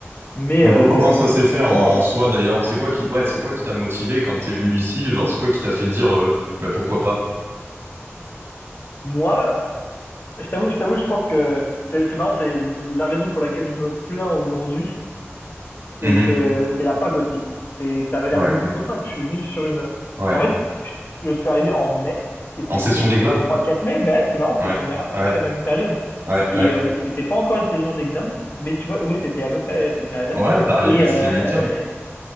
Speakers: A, on the left; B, on the right.
A: Mais,
B: Donc,
A: euh,
B: co- comment ça
A: mais
B: s'est fait
A: finalement,
B: en soi,
A: euh,
B: d'ailleurs? C'est quoi qui, ouais, c'est quoi qui t'a motivé quand t'es venu ici? Genre, c'est quoi qui t'a fait dire, euh, bah, pourquoi pas?
A: moi, je t'avoue, je t'avoue, je pense que c'est c'est marrant, c'est la raison pour laquelle je me plains aujourd'hui, c'est
B: Mhm.
A: que c'est la fac aussi. C'est que ça avait l'air
B: Ouais,
A: beaucoup trop simple. Je suis venu sur une.
B: ouais.
A: En fait, je suis arrivé en mai et
B: En
A: c'était
B: session
A: je crois
B: d'examen?
A: 3 4 mai ben c'est marrant
B: Ouais,
A: c'est qu'on est à peu
B: ouais,
A: près à la même période
B: ouais,
A: et
B: ouais.
A: euh, c'était pas encore une saison d'examen mais tu vois oui c'était à peu près cette période
B: Ouais, t'es arrivé,
A: et euh,
B: c'était les midterms.